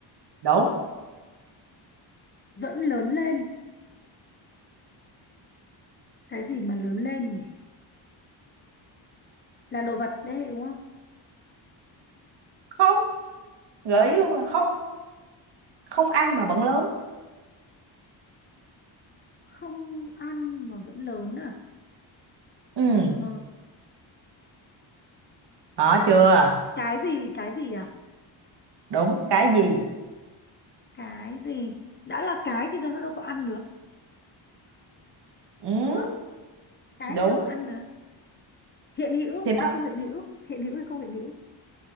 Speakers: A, on the right; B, on the left.
A: đúng
B: vẫn lớn lên cái gì mà lớn lên nhỉ là đồ vật đấy đúng không
A: không gợi ý luôn là không á. không ăn mà vẫn lớn
B: không ăn mà vẫn lớn à
A: ừ
B: ờ,
A: có chưa
B: cái gì cái gì à
A: đúng cái gì
B: cái gì đã là cái thì nó nó đâu có ăn được
A: ừ
B: đúng không cái
A: đúng
B: thì đâu có ăn được hiện hữu
A: thì nó
B: hay không hiện hữu hiện hữu hay không hiện hữu